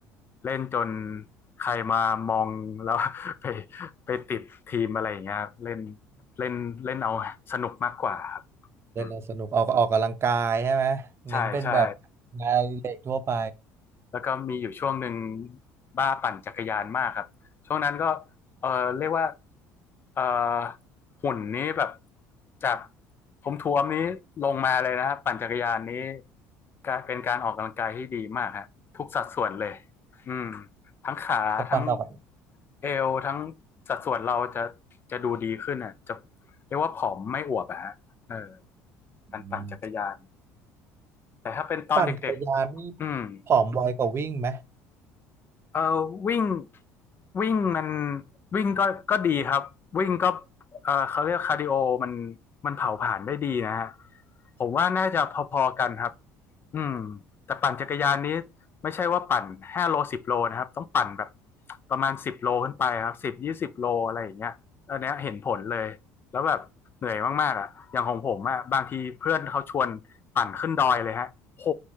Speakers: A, on the left; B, on the right.
A: เล่นจนใครมามองแล้ว <laughs> ไปไปติดทีมอะไรอย่างเงี้ยครับเล่นเล่นเล่นเอาสนุกมากกว่าครับ
B: เล่นแล้วสนุกออกออกกำลังกายใช่ไหมเน้นเป็นแบบ
A: อืมใช่ใช่
B: งานอดิเล็กทั่วไป
A: แล้วก็มีอยู่ช่วงหนึ่งบ้าปั่นจักรยานมากครับช่วงนั้นก็เออเรียกว่าเออหุ่นนี้แบบจากท้วมๆนี้ลงมาเลยนะครับปั่นจักรยานนี้ก็เป็นการออกกำลังกายที่ดีมากฮะทุกสัดส่วนเลยอืมทั้งขาทั้ง
B: จะปั่นออกกำลัง
A: เอวทั้งสัดส่วนเราจะจะดูดีขึ้นอ่ะจะเรียกว่าผอมไม่อวบอะฮะเออ
B: อืม
A: การปั่นจักรยานแต่ถ้าเป็นตอนเด็กๆอืม
B: ปั่นจักรยานนี่ผอมไวกว่าวิ่งไหม
A: เออวิ่งวิ่งมันวิ่งก็ก็ดีครับวิ่งก็เออเขาเรียกคาร์ดิโอมันมันเผาผลาญได้ดีนะฮะผมว่าน่าจะพอๆกันครับอืมแต่ปั่นจักรยานนี้ไม่ใช่ว่าปั่นห้าโลสิบโลนะครับต้องปั่นแบบประมาณสิบโลขึ้นไปครับสิบยี่สิบโลอะไรอย่างเงี้ยอันเนี้ยเห็นผลเลยแล้วแบบเหนื่อยมากๆอ่ะอย่างของผมอ่ะบางทีเพื่อนเขาชวนปั่นขึ้นดอยเลยฮะโห